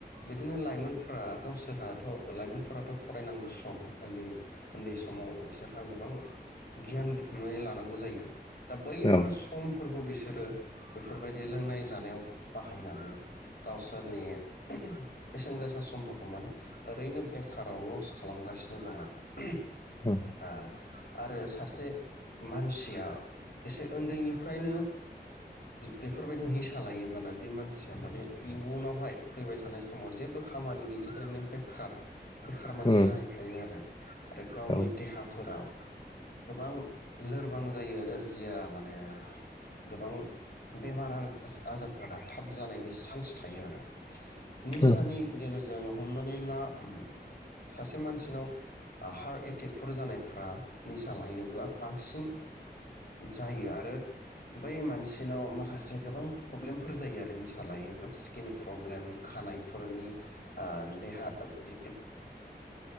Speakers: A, on the left; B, on the left.
A: बिदिनो लाइमोन फोरा गावसोरहाथ' लाइमोनफोराथ' फरायनांगौ सम उन्दै-उन्दै समाव बिसोरहा गोबां गियान बुथुमनानै लानांगौ जायो दा बैफोर
B: औ
A: समफोर खौ बिसोरो बेफोरबायदि लोंनाय जानायाव बाहायनानै गावसोरनि उहुम बेसेन गोसा समफोरखौ माने ओरैनो बेखाराव लस खालामगासिनो दं आरो उहुम
B: उम
A: आह आरो सासे मानसिया एसे उन्दैनिफ्रायनो बेफोरबायदि निसा लायोब्लाना बे मानसिया माने इयुनावहाय फैबाय थानाय समाव जेबो खा खामानि गैयै ओरैनो बेखार बेखार मानसि
B: उम
A: जाहैखायो आरो गावनि
B: औ
A: देहाफोराव गोबां लोरबां जायो नोरजिया माने गोबां बेमार आ-आजारफोरा थाब जानायनि चान्स थायो आरो निसानि
B: औ
A: खो जों हमनानै ला उम सासे मानसिनाव आह हार्ट एटेकफोर जानायफ्रा निसा लायोब्ला बांसिन जायो आरो बै मानसिनाव माखासे गोबां प्रब्लेमफोर जायो आरो निसा लायोब्ला स्किन प्रब्लेम, खानायफोरनि आह देहानि